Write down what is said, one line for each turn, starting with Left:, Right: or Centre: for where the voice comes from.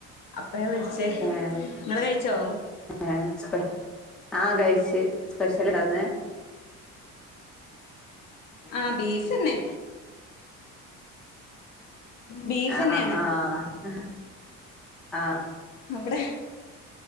Left: അപ്പ വിളിച്ചേ
Centre: ഏഹ്
Left: നിങ്ങെ കഴിച്ചോ
Centre: ഏഹ് സ്പെ ആഹ് കഴിച്ച് സ്പെഷ്യൽ ഇണ്ടാന്ന്
Left: ആഹ ബീഫ് തന്നെ ബീഫ്
Centre: ആഹ
Left: തന്നെയാണ്
Centre: ആഹ ആഹ
Left: അവിടെ